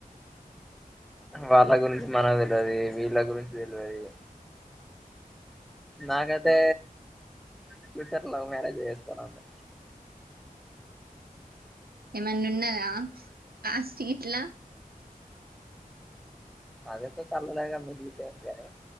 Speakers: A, in the centre; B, on the right (about 85°).
A: వాళ్ళ గురించి మనం తెలియదు వీళ్ళ గురించి తెలియదు నాకైతే ఫ్యూచర్ లవ్ మ్యారేజ్ చేస్తానును
B: ఏమన్నా ఉన్నదా కాస్ట్ ఇట్లా
A: అదేతే కలులాగా మీలీపగానే